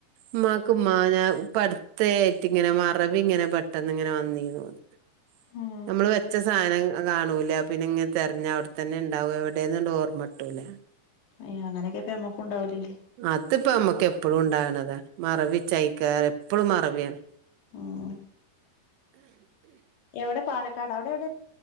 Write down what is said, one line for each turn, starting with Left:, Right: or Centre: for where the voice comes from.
Right: ഉമ്മാക്ക് ഉമ്മാനെ ഇപ്പ അടുത്ത ആയിട്ട് ഇങ്ങനെ മറവി ഇങ്ങനെ പെട്ടെന്ന് ഇങ്ങനെ വന്നീര്ന്നുന്ന്.
Left: ഏഹ്
Right: നമ്മള് വെച്ച സാനം കാണൂല. പിന്നെ ഇങ്ങനെ തെരഞ്ഞ് അവിടത്തന്നെ ഇണ്ടാവും. എവിടെന്ന്ള്ള ഓർമ്മട്ടൂല.
Left: അയ്യോ അങ്ങനൊക്കെ ഇപ്പ അമ്മുക്കുണ്ടാവലില്ലേ
Right: അതിപ്പോ അമ്മക്ക് എപ്പഴും ഇണ്ടാകണതാ മറവി ചൈക്കാ എപ്പളും മറവിയാണ്.
Left: ഉം എവിടെ പാലക്കാട അവിടെ എവിട്